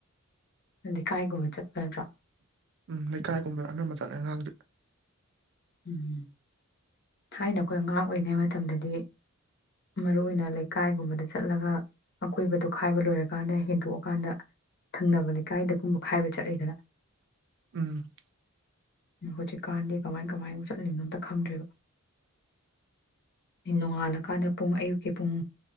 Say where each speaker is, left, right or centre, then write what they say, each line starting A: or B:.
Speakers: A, on the left; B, on the right.
A: ꯅꯗꯤ ꯀꯥꯏ ꯒꯨꯝꯕ ꯆꯠꯄꯅꯠꯇ꯭ꯔꯥ
B: ꯎꯝ ꯂꯩꯀꯥꯏꯒꯨꯝꯕꯗ ꯑꯅꯝꯕ ꯆꯠꯂꯦ ꯑꯉꯥꯡ
A: ꯎꯝ ꯊꯥꯏꯅ ꯑꯩꯈꯣꯏ ꯑꯉꯥꯡ ꯑꯣꯏꯔꯤꯉꯩ ꯃꯇꯝꯗꯗꯤ ꯃꯔꯨ ꯑꯣꯏꯅ ꯂꯩꯀꯥꯏꯒꯨꯝꯕꯗ ꯆꯠꯂꯒ ꯑꯀꯣꯏꯕꯗꯣ ꯈꯥꯏꯕ ꯂꯣꯏꯔꯀꯥꯟꯗ ꯍꯦꯟꯗꯣꯛꯑꯀꯥꯟꯗ ꯊꯪꯅꯕ ꯂꯩꯀꯥꯏꯗꯒꯨꯝꯕ ꯈꯥꯏꯕ ꯆꯠꯂꯤꯗꯅ
B: ꯎꯝ
A: ꯍꯨꯖꯤꯀꯥꯟꯗꯤ ꯀꯃꯥꯏ ꯀꯃꯥꯏ ꯆꯠꯂꯤꯕꯅꯣ ꯑꯝꯇ ꯈꯪꯗ꯭ꯔꯦꯕ ꯅꯣꯡꯉꯥꯜꯂꯀꯥꯟꯗ ꯄꯨꯡ ꯑꯌꯨꯛꯀꯤ ꯄꯨꯡ